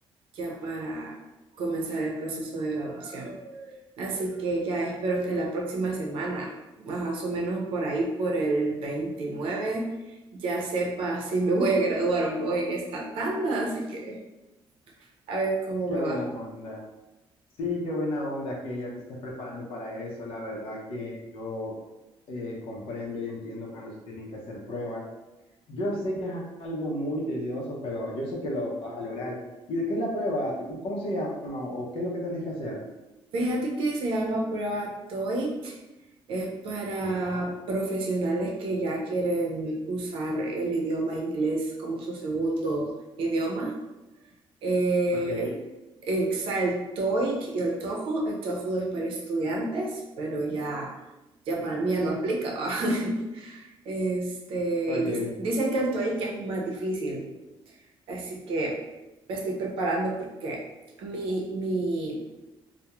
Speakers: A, on the right; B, on the left.
A: ya para comenzar el proceso de graduación. Así que ya espero que la próxima semana, más o menos por ahí, por el 29, ya sepa si me voy a graduar o no en esta tanda. Así que a ver cómo
B: Qué
A: me
B: buena
A: va.
B: onda. Sí, qué buena onda que ya te estés preparando para eso. La verdad que yo eh, comprendo y entiendo cuando se tienen que hacer pruebas. Yo sé que es algo muy tedioso, pero yo sé que lo vas a lograr. ¿Y de qué es la prueba? ¿Cómo se llama? ¿O qué es lo que tenés que hacer?
A: Fíjate que se llama prueba TOEIC. Es para
B: Ajá,
A: profesionales que ya quieren usar el idioma inglés como su segundo idioma. Eh,
B: ok,
A: está el TOEIC y el TOEFL. El TOEFL es para estudiantes, pero ya, ya para mí ya no aplica. ¿va? <laughs> Este,
B: ok.
A: y dis- dicen que el TOEIC es más difícil, así que me estoy preparando porque mi, mi